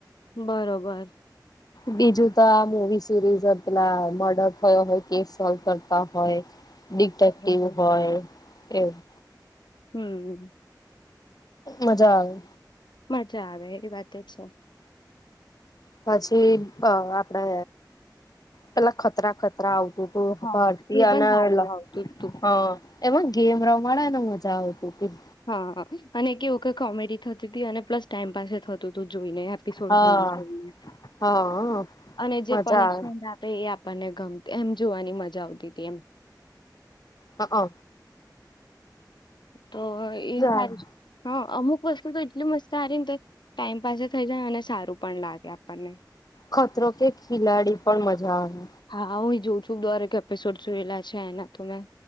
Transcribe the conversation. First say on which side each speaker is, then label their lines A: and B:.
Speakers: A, on the left (about 85°); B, on the left (about 60°).
A: બરોબર.
B: બીજું તો આ મુવી સિરીઝ પેલા મર્ડર થયો હોય કેસ સોલ્વ કરતા હોય ડીટેેક્ટિવ
A: બરાબર
B: હોય એવુ
A: હમ્મ.
B: મજા આવે.
A: મજા આવે એ વાતે છે.
B: પછી આપડે પેલા ખતરા ખતરા આવ તું
A: હા
B: ભારતી
A: એ
B: આના
A: પણ સારું
B: એલા.
A: આવતું જ તું
B: હા એમાં ગેમ રમાડે એને મજા આવતીતી.
A: હા, અને એ વખત કોમેડી થતી હતી અને પ્લસ ટાઈમ પાસે થતુંતું. જોઈને એપિસોડ
B: હા
A: જોઈ <unintelligible>
B: હા
A: અને જે
B: મજા
A: પનિશમેન્ટ આપે એ આપણને ગમતી એમ જોવાની મજા જાવતી તી એમ.
B: હઅ.
A: તો એ સારી
B: આવે
A: છે. હા અમુક વસ્તુ તો એટલી મસ્ત હારી ને તે ટાઈમ પાસે થઇ જાય અને સારું પણ લાગે આપણને.
B: ખતરો કે ખિલાડી પણ મજા આવે.
A: હા, હું એ જોઉં છું દરેક એપિસોડ. જોયેલા છે એના તો મેં.